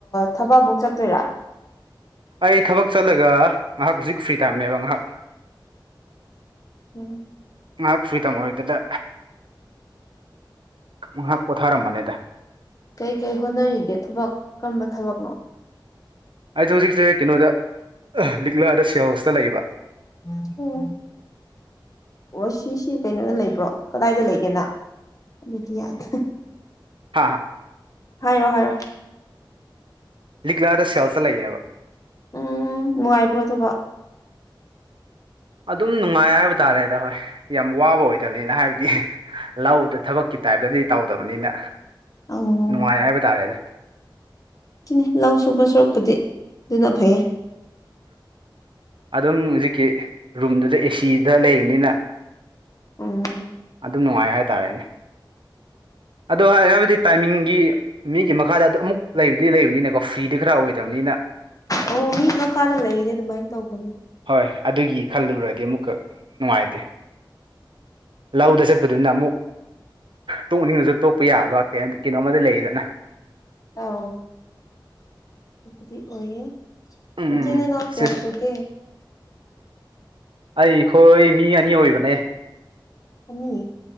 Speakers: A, on the left; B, on the right.
A: ꯊꯕꯛꯐꯧ ꯆꯠꯇꯣꯏꯔꯥ
B: ꯑꯩ ꯊꯕꯛ ꯆꯠꯂꯒ ꯉꯥꯏꯍꯥꯛ ꯍꯧꯖꯤꯛ ꯐ꯭ꯔꯤ ꯇꯥꯏꯝꯅꯦꯕ ꯉꯥꯏꯍꯥꯛ
A: ꯎꯝ
B: ꯉꯥꯏꯍꯥꯛ ꯐ꯭ꯔꯤ ꯇꯝ ꯑꯣꯏꯗꯗ ꯉꯥꯏꯍꯥꯛ ꯄꯣꯊꯥꯔꯝꯕꯅꯤꯗ
A: ꯀꯩ ꯀꯩ ꯍꯣꯠꯅꯔꯤꯒꯦ ꯊꯕꯛ ꯀꯔꯝꯕ ꯊꯕꯛꯅꯣ
B: ꯑꯩꯁꯦ ꯍꯧꯖꯤꯛꯁꯦ ꯀꯩꯅꯣꯗ ꯂꯤꯛꯂꯥꯗ ꯁꯦꯜ ꯍꯣꯁꯇ ꯂꯩꯕ
A: ꯍ ꯑꯣ ꯁꯤꯁꯤ ꯀꯩꯅꯣꯅ ꯂꯩꯕ꯭ꯔꯣ ꯀꯗꯥꯏꯗ ꯂꯩꯒꯦꯅ ꯑꯗꯨꯗꯤ ꯌꯥꯗꯦ
B: ꯍꯥꯥ ꯍꯥ
A: ꯍꯥꯏꯔꯣ ꯍꯥꯏꯔꯣ
B: ꯂꯤꯛꯂꯥꯗ ꯁꯦꯜꯁꯇ ꯂꯩꯌꯦꯕ
A: ꯎꯝ ꯅꯨꯡꯉꯥꯏꯕ꯭ꯔꯣ ꯊꯕꯛ
B: ꯑꯗꯨꯝ ꯅꯨꯡꯉꯥꯏ ꯍꯥꯏꯕ ꯇꯥꯔꯦꯗ ꯍꯣꯏ ꯌꯥꯝ ꯋꯥꯕ ꯑꯣꯏꯗꯕꯅꯤꯅ ꯍꯥꯏꯕꯗꯤ ꯂꯧꯗ ꯊꯕꯛꯀꯤ ꯇꯥꯏꯞꯇꯗꯤ ꯇꯧꯗꯕꯅꯤꯅ
A: ꯑꯧ
B: ꯅꯨꯡꯉꯥꯏ ꯍꯥꯏꯕ ꯇꯥꯔꯦꯅꯦ
A: ꯑꯗꯨꯅꯤ ꯂꯧ ꯁꯨꯕ ꯁꯨꯔꯛꯄꯗꯤ ꯑꯗꯨꯅ ꯐꯩꯌꯦ
B: ꯑꯗꯨꯝ ꯍꯧꯖꯤꯛꯀꯤ ꯔꯨꯝꯗꯨꯗ ꯑꯦꯁꯤꯗ ꯂꯩꯕꯅꯤꯅ
A: ꯎꯝ
B: ꯑꯗꯨꯝ ꯅꯨꯡꯉꯥꯏ ꯍꯥꯏꯇꯥꯔꯦꯅꯦ ꯑꯗꯣ ꯍꯥꯏ ꯍꯥꯏꯕꯗꯤ ꯇꯥꯏꯃꯤꯡꯒꯤ ꯃꯤꯒꯤ ꯃꯈꯥꯗ ꯑꯗꯨ ꯑꯃꯨꯛ ꯂꯩꯕꯗꯤ ꯂꯩꯕꯅꯤꯅꯀꯣ ꯐ꯭ꯔꯤꯗꯤ ꯈꯔ ꯑꯣꯏꯗꯕꯅꯤꯅ
A: ꯑ ꯃꯤ ꯃꯈꯥꯗ ꯂꯩꯔꯦ ꯑꯗꯨꯃꯥꯏꯅ ꯇꯧꯕꯅꯦ
B: ꯍꯣꯏ ꯑꯗꯨꯒꯤ ꯈꯜꯂꯨꯕꯨꯔꯗꯤ ꯑꯃꯨꯛꯀ ꯅꯨꯡꯉꯥꯏꯇꯦ ꯂꯧꯗ ꯆꯠꯄꯗꯨꯅ ꯑꯃꯨꯛ ꯇꯣꯛꯅꯤꯡꯕꯁꯨ ꯇꯣꯛꯄ ꯌꯥꯕ ꯀ ꯍꯥꯏ ꯀꯩꯅꯣꯃꯗ ꯂꯩꯔꯤꯗꯅ
A: ꯑꯥꯎ ꯗꯤ ꯑꯣꯏ
B: ꯎꯝ
A: ꯃꯆ
B: ꯎꯝ
A: ꯅ ꯀꯌꯥ
B: ꯁꯤꯁ
A: ꯁꯧꯒꯦ
B: ꯑꯩꯈꯣꯏ ꯃꯤ ꯑꯅꯤ ꯑꯣꯏꯕꯅꯦ
A: ꯑ